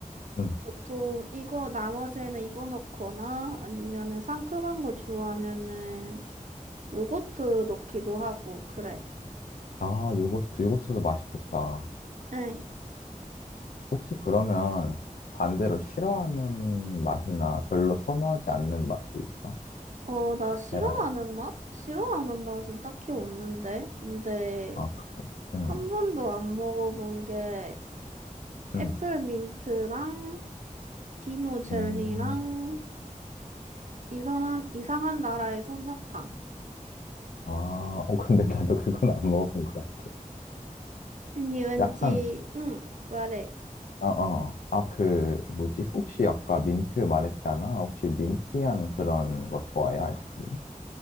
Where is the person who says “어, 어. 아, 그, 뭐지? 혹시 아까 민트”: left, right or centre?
Left